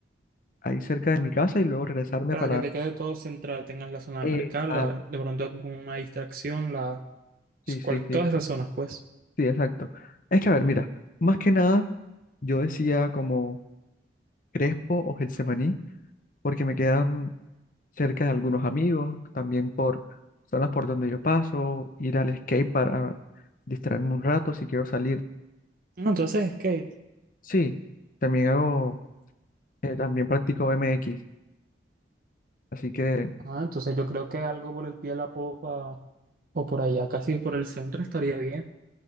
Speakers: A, on the left; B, on the right.
A: ahí cerca de mi casa y luego regresarme
B: Para
A: para...
B: que te quede todo central, tengas la zona
A: Exacto,
B: de mercado, la- de pronto alguna distracción, la,
A: sí, sí,
B: cual-
A: sí,
B: todas esas zonas, pues.
A: sí, exacto. Es que, a ver, mira, más que nada yo decía como Crespo o Getsemaní, porque me quedan cerca de algunos amigos, también por zonas por donde yo paso, ir al skate para distraerme un rato si quiero salir.
B: No, tú haces skate.
A: Sí, también hago, eh, también practico BMX, así que,
B: Ah, entonces yo creo que algo por el pie de la popa o por allá, casi por el centro, estaría bien.